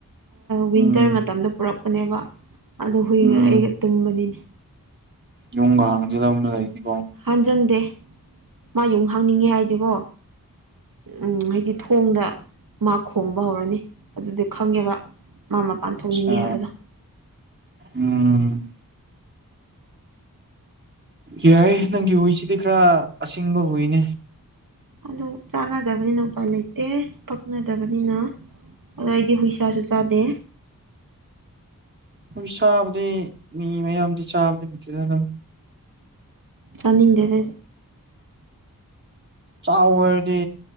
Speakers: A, on the right; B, on the right.
A: ꯋꯤꯟꯇꯔ
B: ꯎꯝ
A: ꯃꯇꯝꯗ ꯄꯨꯔꯛꯄꯅꯦꯕ ꯑꯗ ꯍꯨꯏꯒ
B: ꯎꯝ
A: ꯑꯩꯒ ꯇꯨꯝꯕꯅꯤꯅꯦ
B: ꯌꯨꯡꯒꯥꯥ ꯍꯥꯟꯖꯤꯟꯂꯝꯕꯥ ꯂꯩꯅꯤꯀꯣ
A: ꯍꯥꯟꯖꯟꯗꯦ ꯃꯥ ꯌꯨꯡ ꯍꯪꯅꯤꯡꯉꯦ ꯍꯥꯏꯗꯤꯀꯣ ꯎꯝ ꯍꯥꯏꯗꯤ ꯊꯣꯡꯗ ꯃꯥ ꯈꯣꯡꯕ ꯍꯧꯔꯅꯤ ꯑꯗꯨꯗꯤ ꯈꯪꯉꯦꯕ ꯃꯥ ꯃꯄꯥꯟ ꯊꯣꯛꯅꯤꯡꯉꯦ
B: ꯑꯆꯥ
A: ꯍꯥꯏꯕꯗꯣ
B: ꯎꯝ ꯌꯥꯏ ꯅꯪꯒꯤ ꯍꯨꯏꯁꯤꯗꯤ ꯈꯔ ꯑꯁꯤꯡꯕ ꯍꯨꯏꯅꯦ
A: ꯑꯗꯨ ꯆꯥꯟꯅꯗꯕꯅꯤꯅ ꯎꯄꯥꯏ ꯂꯩꯇꯦ ꯄꯛꯅꯗꯕꯅꯤꯅ ꯑꯗꯣ ꯑꯩꯗꯤ ꯍꯨꯏꯁꯥꯁꯨ ꯆꯥꯗꯦ
B: ꯍꯨꯏꯁꯥꯕꯨꯗꯤ ꯃꯤ ꯃꯌꯥꯝꯗꯤ ꯆꯥꯕꯗꯤ ꯅꯠꯇꯦꯗ ꯑꯗꯨꯝ
A: ꯆꯥꯅꯤꯡꯗꯦꯗꯥ
B: ꯆꯥꯎꯔꯗꯤ